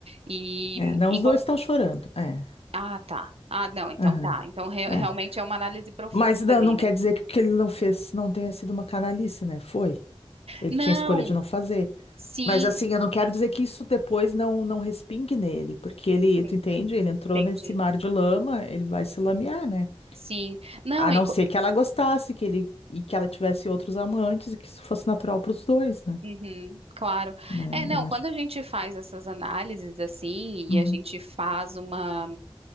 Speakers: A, on the right; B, on the left.
A: E,
B: é. Não,
A: e
B: os
A: qua-
B: dois estão chorando. É,
A: ah, tá. Ah, não, então
B: aham,
A: tá. Então re-
B: é.
A: realmente é uma análise profunda
B: Mas não,
A: ali,
B: não
A: né?
B: quer dizer que o que ele não fez não tenha sido uma canalice, né? Foi. Ele
A: Não,
B: tinha escolha de não fazer.
A: sim,
B: Mas assim, eu não quero dizer que isso depois não, não respingue nele, porque ele,
A: entendi.
B: tu entende? Ele entrou
A: Entendi.
B: nesse mar de lama, ele vai se lamear, né?
A: Sim. Não,
B: A
A: e,
B: não ser que ela gostasse, que ele e que ela tivesse outros amantes e que isso fosse natural para os dois, né?
A: Uhum, claro.
B: né?
A: É, não,
B: Eu acho.
A: quando a gente faz essas análises assim, e
B: Uhum.
A: a gente faz uma